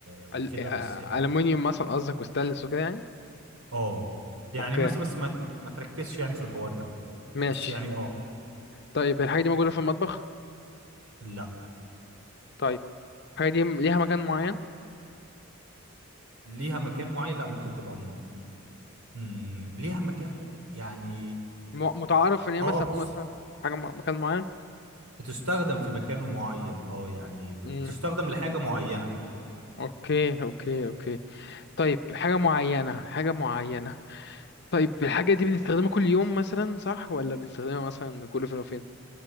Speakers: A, on the right (about 85°); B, on the left (about 50°).
A: وكده
B: ال- آه،
A: بس يعني.
B: ألمونيوم مثلا قصدك وستانلس وكده يعني
A: اه يعني
B: اوكي
A: مثلا بس ما ما تركزش يعني في الحوار ده
B: ماشي
A: بس يعني اه
B: طيب الحاجة دي موجودة في المطبخ
A: لا
B: طيب الحاجة دي ليها مكان معين
A: ليها مكان معين لا ممكن تبقى م... م... ليها مكان يعني
B: م- متعارف ان هي
A: اه
B: مثلا
A: بتس-
B: مثلا حاجة م- مكان معين
A: بتستخدم في مكان معين اه يعني ب-
B: امم
A: بتستخدم لحاجة معينة
B: اوكي اوكي اوكي طيب حاجة معينة حاجة معينة طيب الحاجة دي بنستخدمها كل يوم مثلا صح ولا بنستخدمها مثلا كل فين وفين